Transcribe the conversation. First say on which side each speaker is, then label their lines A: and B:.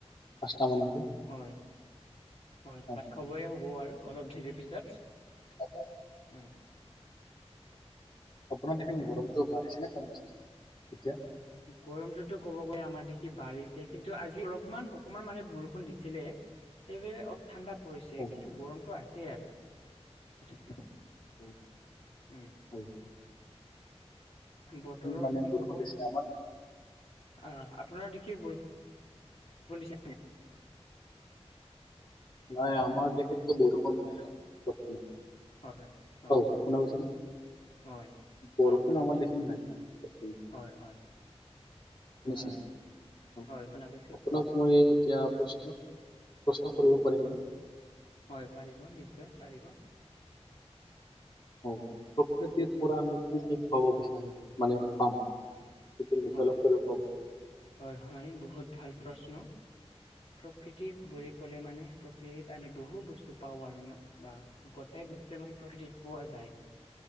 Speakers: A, on the left (about 45°); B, on the left (about 60°).
A: পাঁচটা মানতে।
B: হয় হয়
A: অ
B: ভাত খবৰে হ'বই আৰু অলপ দেৰি পিছত।
A: খাব।
B: হয়।
A: আপোনাৰ দেখিম
B: উম,
A: গৰমটো বাঢ়িছেনে কম এতিয়া?
B: গৰমটোতো ক'ব গৈ আমাৰ দেখি বাঢ়িছে কিন্তু আজি অলপমান অকমান মানে বৰষুণ দিছিলে। সেইবাবে অলপ ঠাণ্ডা পৰিছে
A: অ
B: কিন্তু গৰমটো আছেই আৰু তথাপিউ মানে।
A: উ
B: উম
A: <unintelligible>
B: বতৰৰ
A: মানে
B: কি
A: বৰষুণ
B: ক'ব।
A: দিছে আমাৰ
B: আহ আপোনাৰ দেখি বৰষুণ দিছে নাই।
A: নাই আমাৰ দেশেতো বৰষুণ নাই
B: হেল্ল'
A: বৰ্তমান।
B: হয় হয়। অ
A: ঔ শুনা পাইছে নে?
B: হয়
A: বৰষুণ
B: অ শুনা
A: আমাৰ
B: পাইছো
A: দেখোন নাই শুনিছ
B: হয় হয় আহ
A: অ
B: হয় শুনা পাইছো
A: আপোনাক মই এতিয়া প্ৰশ্ন প্ৰশ্ন কৰিব পাৰিমনে
B: হয় পাৰিব নিশ্চয় পাৰিব
A: অ প্ৰকৃতিৰ
B: উম,
A: পৰা আমি কি কি পাব বিচাৰো মানে পাম সেইটোৰ বিষয়ে
B: হয়
A: অলপ কৰিব পাৰো
B: হয় হয় বহুত ভাল প্ৰশ্ন প্ৰকৃতি বুলি ক'লে মানে প্ৰকৃতিত আমি বহু বস্তু পাওঁ আৰু ন বা গোটেই বস্তু প্ৰকৃতিত পোৱা যায়